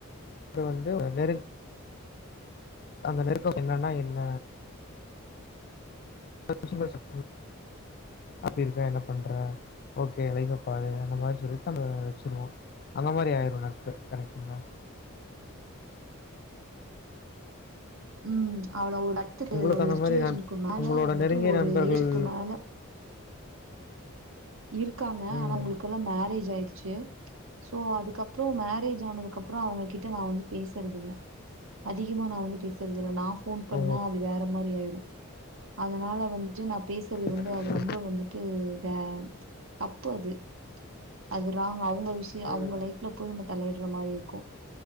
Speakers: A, on the left; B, on the right.
A: வந்து ந அந்த நெருக்கம் என்னன்னா என்ன <inaudible>
B: ம் அவ்ளோ பட்ஜட்
A: உங்களுக்கு
B: ஒரு
A: அந்த
B: சுச்சுவேஷனுக்கு
A: மாரி நட்
B: மேல
A: உங்களோட நெருங்கிய
B: ஒரு
A: நண்பர்கள்
B: ஏஜீக்கு மேல இருக்காங்க
A: ம்
B: ஆனா அவுங்களுக்குல்லாம் மேரேஜ் ஆயிடு சோ அதுக்கப்பறம் மேரேஜ் ஆனதுக்குப்பறம் அவங்ககிட்ட நான் வந்து பேசுறதுல்ல அதிகமா நான் வந்து பேச <unintelligible> போன் பண்ணா
A: ஓ
B: அது வேற மாரி ஆயிரும் அதனால வந்துட்டு நான் பேசுறது வந்து
A: கண்டிப்பா
B: அது ரொம்ப வந்துட்டு வே தப்பு அது அதுராங் <unintelligible> அவுங்க விஷயம்
A: ம் ம்
B: அவுங்க லைப்ல போய் நம்ம தலையிடுற மாரி இருக்கும்